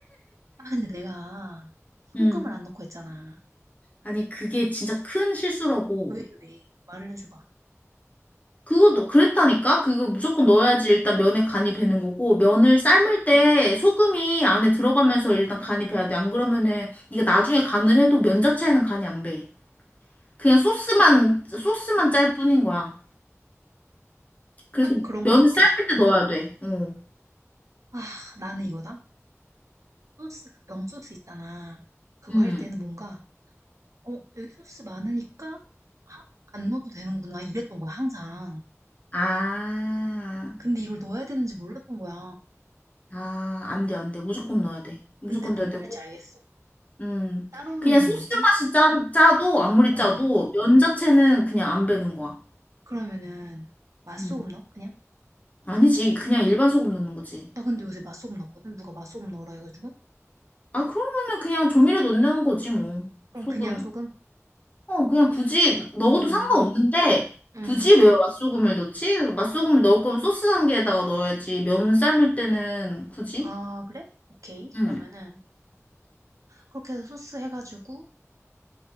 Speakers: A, on the right; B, on the left.
A: 아 근데 내가 소금을
B: 응.
A: 안 넣고 했잖아.
B: 아니, 그게 진짜 큰 실수라고.
A: 왜 왜? 말을 해줘봐.
B: 그것도 그랬다니까? 그거 무조건 넣어야지 일단 면에 간이 배는 거고 면을 삶을 때 소금이 안에 들어가면서 일단 간이 배야 돼. 안 그러면은 네가 나중에 간을 해도 면 자체에는 간이 안 배. 그냥 소스만 소스만 짤 뿐인 거야. 그래서
A: 딱 그런
B: 면을
A: 거 같아.
B: 삶을 때 넣어야 돼. 어.
A: 아 나는 이거다. 소스 그 명소스 있잖아. 그거
B: 음.
A: 할 때는 뭔가 어 여기 소스 많으니까 하- 안 넣어도 되는구나 이랬던 거야 항상.
B: 아.
A: 근데 이걸 넣어야 되는지 몰랐던 거야.
B: 아, 안 돼, 안 돼. 무조건 넣어야 돼. 무조건
A: 근데 뭔
B: 넣어야 되고.
A: 말인지 알겠어.
B: 음.
A: 따로 넣는
B: 그냥 소스
A: 느낌?
B: 맛이 짜, 짜도 아무리
A: 어
B: 짜도 면 자체는 그냥 안 배는 거야.
A: 그러면은 맛소금
B: 음.
A: 넣어 그냥?
B: 아니지. 그냥 일반 소금 넣는 거지.
A: 나 근데 요새 맛소금 넣거든. 누가 맛소금 넣으라 해가지고.
B: 아, 그러면은 그냥 조미료 넣는 거지, 뭐.
A: 그럼
B: 소금.
A: 그냥 소금?
B: 어, 그냥 굳이 넣어도
A: 음,
B: 상관없는데,
A: 음. 음.
B: 굳이 왜 맛소금을 넣지? 맛소금을 넣을 거면 소스 단계에다가 넣어야지. 면 삶을 때는 굳이?
A: 아, 그래? 오케이.
B: 응.
A: 그러면은, 그렇게 해서 소스 해가지고,